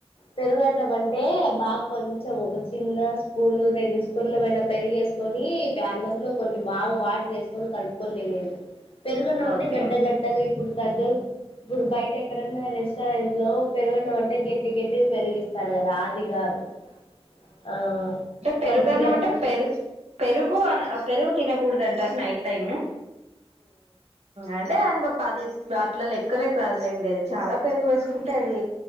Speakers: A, on the left (about 60°); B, on the right (about 80°).
A: పెరుగన్నం అంటే బాగా కొంచెం ఒక చిన్న స్పూన్ రెండు స్పూన్లుమేన పెరుగు ఎస్ కొని ప్య అన్నంలో కొన్ని బాగా వాటర్ యేసుకొని కలుపుకొని తినేద్ పెరుగున్నం అంటే
B: ఓకే
A: గడ్డ గడ్డగా ఇప్పుడు దద్దు ఇప్పుడు బయ్ టెక్కడన్న రెస్టారెంట్ లో పెరుగున్న మం టే గెట్టి గెట్టిగ పెరుగిస్తారు గదా అది గాదు ఆ
B: పెరుగున్నం
A: మజ్జిగన్నం
B: అంటే పెరుగు పెరుగు అన్ అ పెరుగు తినగూడదు అంటారు నైట్ టైము అంటే ఇంక పది వాటిలో లెక్కలేక్ రాదులేండి అది చాలా పెరుగు వేసుకుంటే అది